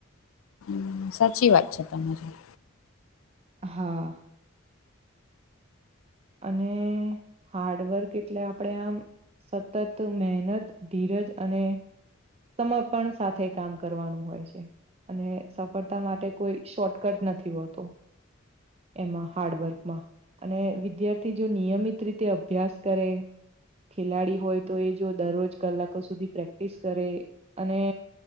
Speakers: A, on the left; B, on the right.
A: હમ સાચી વાત છે તમારી.
B: હા અને હાર્ડવર્ક એટલે આપણેે આમ સતત મહેનત, ધીરજ અને સમર્પણ સાથે કામ કરવાનું હોય છે. અને સફળતા માટે કોઈ શોર્ટકટ નથી હોતો. એમાં હાર્ડવર્કમાં અને વી વિદ્યાર્થી જો નિયમિત રીતે અભ્યાસ કરે ખેલાડી હોય તો એ જો દરરોજ કલાકો સુધી પ્રેક્ટિસ કરે અને